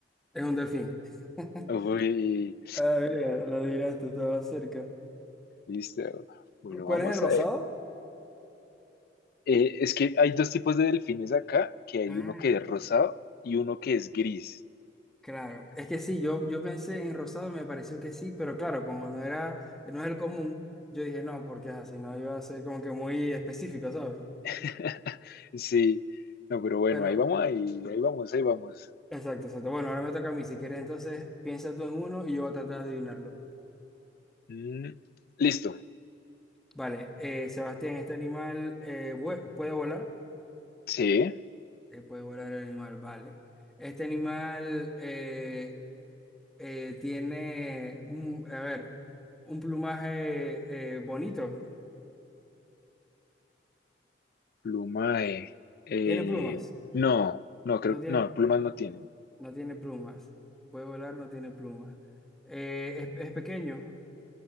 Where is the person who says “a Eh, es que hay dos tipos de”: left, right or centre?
Left